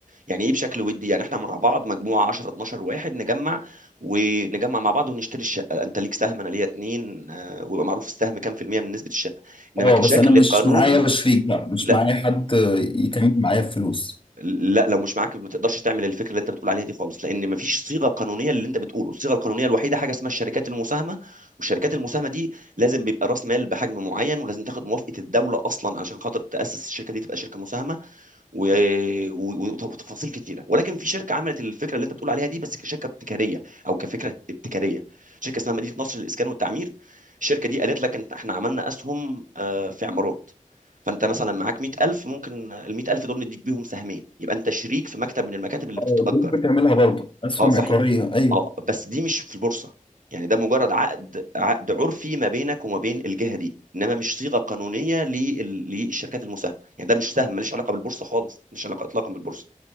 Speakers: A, on the right; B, on the left.
A: يعني ايه بشكل ودي يعني احنا مع بعض مجموعه 10 12 واحد نجمع ونجمع مع بعض ونشتري الشقه انت ليك سهم انا ليا اتنين آه، ويبقى معروف السهم كام في المية من نسبه الشقه انما
B: اه
A: كشكل
B: بس انا مش
A: قانوني
B: معايا شريك بقى مش
A: لا
B: معايا حد يكمل معايا الفلوس
A: لا لو مش معاك ما تقدرش تعمل الفكره اللي انت بتقول عليها دي خالص لان ما فيش صيغه قانونيه اللي انت بتقوله الصيغه القانونيه الوحيده حاجه اسمها الشركات المساهمه والشركات المساهمه دي لازم بيبقى راس مال بحجم معين ولازم تاخد موافقه الدوله اصلا علشان خاطر تاسس الشركه دي تبقى شركه مساهمه و- و- وتفاصيل كتيره ولكن في شركه عملت الفكره اللي انت بتقول عليها دي بس كشركه ابتكاريه او كفكره ابتكاريه شركه اسمها مدينه نصر للاسكان والتعمير الشركه دي قالت لك انت احنا عملنا اسهم آه، في عمارات فانت مثلا معاك 100000 ممكن ال 100000 دول نديك بيهم سهمين يبقى انت شريك في مكتب من المكاتب اللي
B: اه
A: بتتأجر
B: دول بتعملها برضه اسهم
A: اه صحيح
B: عقاريه ايوه
A: اه بس دي مش في البورصه يعني ده مجرد عقد عقد عرفي ما بينك وما بين الجهه دي انما مش صيغه قانونيه لل- للشركات المساهمه يعني ده مش سهم ملوش علاقه بالبورصه خالص ملوش علاقه اطلاقا بالبورصه